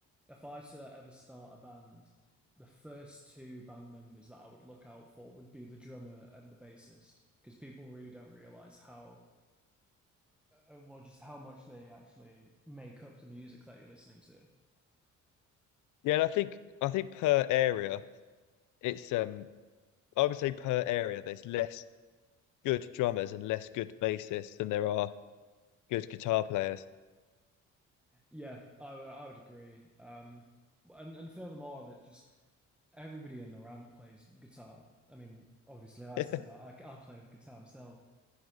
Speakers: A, in the centre; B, on the left.
A: if I were to ever start a band, the first two band members that I would look out for would be the drummer and the bassist, because people really don't realize how, uh, well, just how much they actually make up the music that you're listening to.
B: Yeah, and I think I think per area it's um I would say per area there's less good drummers and less good bassists than there are good guitar players.
A: Yeah, I, w- I would agree. Um, and and furthermore, that just everybody in the band plays guitar. I mean, obviously, I
B: <laughs>
A: said I, I I play guitar myself.